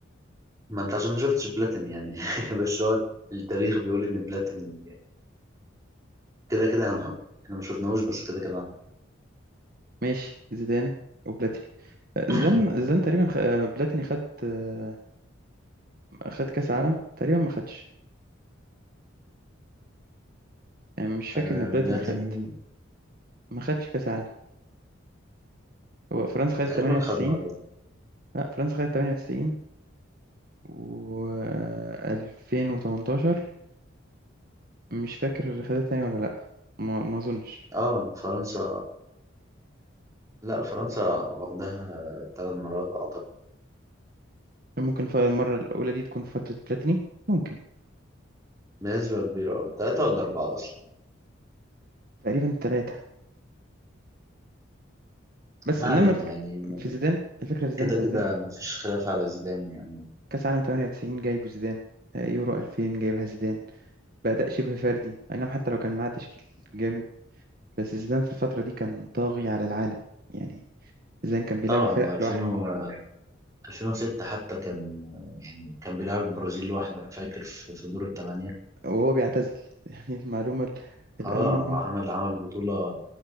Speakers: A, on the right (about 15°); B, on the right (about 45°).
A: ما انت عشان ما شفتش بلاتيني يعني <laughs> بس هو التاريخ بيقول ان بلاتيني كده كده هنحط احنا ما شفناهوش بس كده كده هنحط
B: ماشي زيدان وبلاتيني آه،
A: <clears throat>
B: زيدان زيدان تقريبا خ... آه، بلاتيني خد آه، خد كأس عالم تقريبا ما خدش يعني مش فاكر
A: آه،
B: إن بلاتيني
A: بلاتيني
B: خد ما خدش كأس عالم هو فرنسا خدت
A: تقريبا
B: 98
A: خد مرة
B: لا فرنسا خدت 98 و 2018 مش فاكر خدت تاني ولا لا ما ما اظنش
A: اه فرنسا لا فرنسا واخدها ثلاث مرات اعتقد
B: ممكن ف- المرة الأولى دي تكون في فترة بلاتيني ممكن
A: بنسبة كبيرة اه ثلاثة ولا أربعة أصلا
B: تقريبا ثلاثة بس
A: ما
B: إنما
A: علينا
B: الفكرة
A: يعني م-
B: في زيدان الفكرة في زيدان
A: كده
B: أنت
A: كده
B: زيدان
A: ما فيش خلاف على زيدان يعني
B: كأس عالم 98 جايبه زيدان آه، يورو 2000 جايبها زيدان بأداء شبه فردي أي نعم حتى لو كان معاه تشكيل جامد بس زيدان في الفترة دي كان طاغي على العالم يعني زيدان كان بيلعب
A: طبعا
B: الفرق
A: هو 2000
B: لوحده
A: و 2006 حتى كان يعني كان بيلعب البرازيل لوحده أنا فاكر في في دور الثمانية
B: وهو بيعتزل <laughs> يعني المعلومة ال- الأهم
A: اه
B: إنه
A: هو عمل عمل بطولة